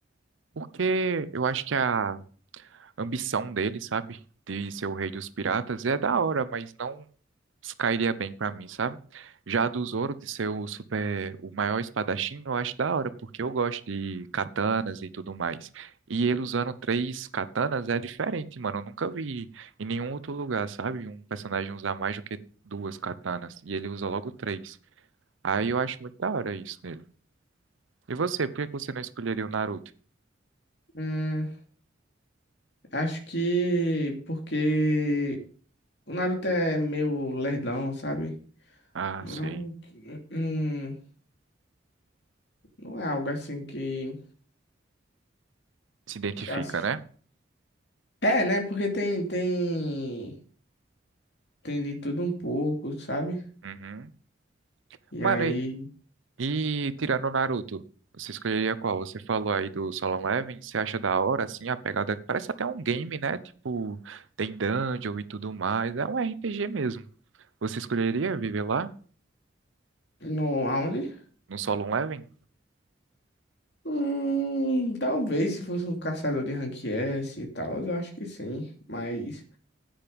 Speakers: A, on the right; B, on the left.
A: porque eu acho que a ambição dele, sabe, de ser o rei dos piratas é da hora, mas não cairia bem pra mim, sabe? Já a do Zoro de ser o super, o maior espadachim, eu acho da hora, porque eu gosto de katanas e tudo mais. E ele usando três katanas é diferente, mano. Eu nunca vi em nenhum outro lugar, sabe? Um personagem usar mais do que duas katanas e ele usa logo três. Aí eu acho muito da hora isso nele. E você, por que que você não escolheria o Naruto?
B: Hum, Acho que porque o Naruto é meio lerdão, sabe?
A: Ah,
B: Não
A: sei.
B: é, um, não, não é algo assim que,
A: Se identifica,
B: que eu assisto.
A: né?
B: É, né? Porque tem, tem, tem de tudo um pouco, sabe?
A: Uhum.
B: E
A: Mano,
B: aí,
A: e, e tirando o Naruto, você escolheria qual? Você falou aí do Solo Leveling, você acha da hora, assim, a pegada? Parece até um game, né? Tipo, tem dungeon e tudo mais. É um RPG mesmo. Você escolheria viver lá,
B: no, aonde?
A: no Solo Leveling?
B: Hum, talvez se fosse um caçador de rank S e tal, eu acho que sim. Mas